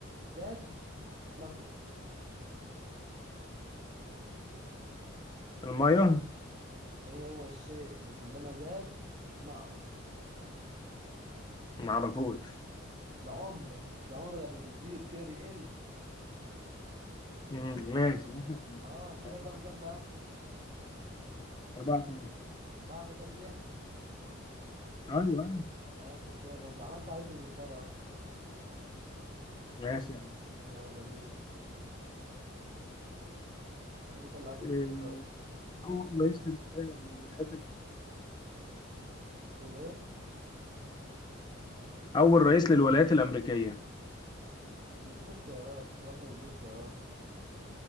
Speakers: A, on the right; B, on the left.
A: زاد نقص
B: المية
A: ايه هو الشيء اللي كلما زاد نقص
B: معرفوش
A: العمر مش العمر لما بيزيد كده بيقل
B: مم، ماشي ماشي يا فنان
A: اه كده
B: أربعة
A: كام كام بقى
B: أربعة تمام
A: أربعة تلاتة ليا أنا
B: أيوه أيوه
A: ماشي أنا كده كسب عملت عليك رومنتادا أهو
B: ماشي يا عم
A: يلا بينا أنت اللي عليك الدور
B: إيه،
A: دلوقتي
B: أول رئيس للولاية- للولايات الأمريكية
A: بتقول إيه؟
B: أول رئيس للولايات الأمريكية
A: بتديني اختيارات مش أنت قلت هتديني اختيارات